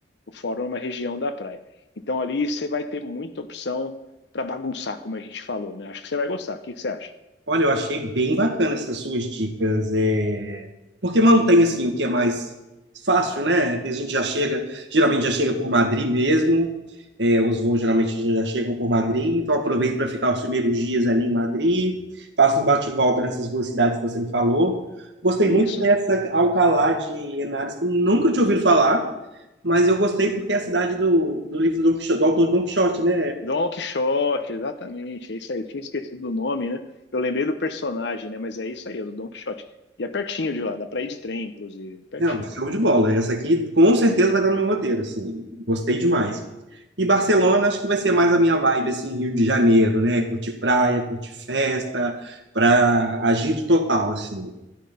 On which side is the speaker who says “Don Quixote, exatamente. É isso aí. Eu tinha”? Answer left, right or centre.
Left